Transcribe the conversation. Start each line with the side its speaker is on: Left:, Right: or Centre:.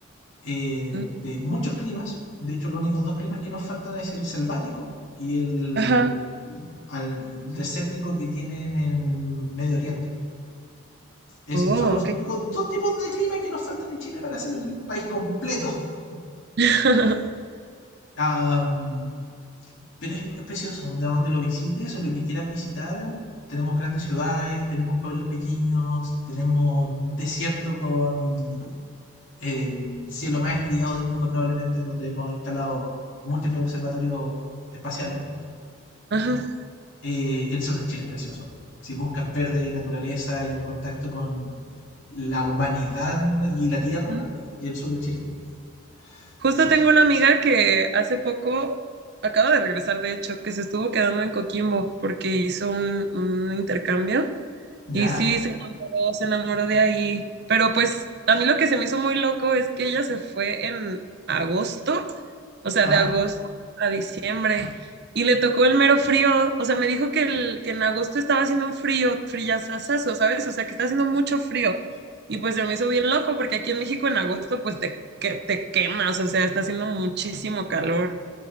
Left: eh,
Right: mm.
Left: de muchos climas. De hecho, los únicos dos climas que nos faltan es el selvático y el,
Right: Ajá.
Left: al desértico que tienen en Medio Oriente. Es,
Right: Oh,
Left: son los
Right: ok.
Left: únicos dos tipos de clima que nos faltan en Chile para hacer el país completo. <laughs>
Right: <laughs>
Left: Um, pero es, es precioso, de donde lo visites o lo que quieras visitar, tenemos grandes ciudades, tenemos pueblos pequeños, tenemos desierto con el cielo más estrellado del mundo probablemente, donde hemos instalado múltiples observatorios espaciales.
Right: Ajá.
Left: Eh, el sur de Chile es precioso. Si buscas verde, naturaleza y un contacto con la humanidad y la tierra,
Right: mm.
Left: el sur de Chile es tuyo.
Right: Justo
Left: Así
Right: tengo
Left: que,
Right: una amiga que hace poco acaba de regresar, de hecho, que se estuvo quedando en Coquimbo porque hizo un, un intercambio
Left: ya,
Right: Y sí, se enamoró, se enamoró de ahí. Pero pues a mí lo que se me hizo muy loco es que ella se fue en agosto, o sea,
Left: ajá.
Right: de agosto a diciembre, y le tocó el mero frío. O sea, me dijo que, el, que en agosto estaba haciendo un frío, frillazazazo, ¿sabes? O sea, que está haciendo mucho frío. Y pues se me hizo bien loco porque aquí en México en agosto pues te, que, te quemas, o sea, está haciendo muchísimo calor.